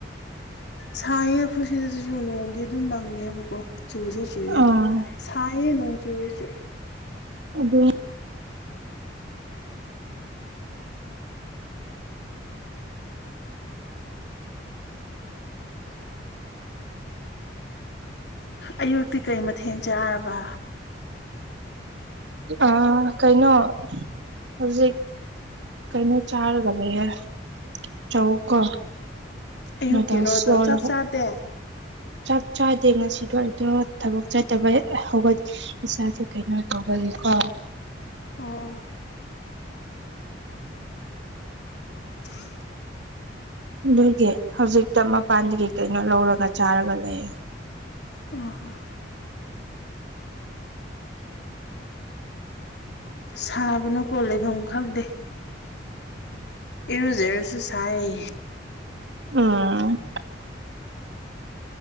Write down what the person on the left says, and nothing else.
ꯁꯥꯏꯌꯦ ꯈꯣꯏꯁꯤꯗꯁꯨꯁꯨ ꯅꯣꯡꯗꯤ ꯑꯗꯨꯝ ꯃꯪꯉꯦꯕꯀꯣ ꯆꯨꯁꯨ ꯆꯨꯌꯦ
ꯑꯗꯣ ꯁꯥꯏꯌꯦ ꯅꯣꯡ ꯆꯨꯔꯁꯨ
ꯑꯌꯨꯛꯇꯤ ꯀꯩ ꯃꯊꯦꯜ ꯆꯥꯔꯕ
ꯑꯌꯨꯛꯀꯤꯔꯣꯗꯣ
ꯆꯥꯛ ꯆꯥꯗꯦ
ꯑꯣ ꯑꯣ <unintelligible>
ꯑꯣ ꯁꯥꯕꯅꯀꯣ ꯂꯩꯐꯝ ꯈꯪꯗꯦ ꯏꯔꯨꯖꯔꯁꯨ ꯁꯥꯏ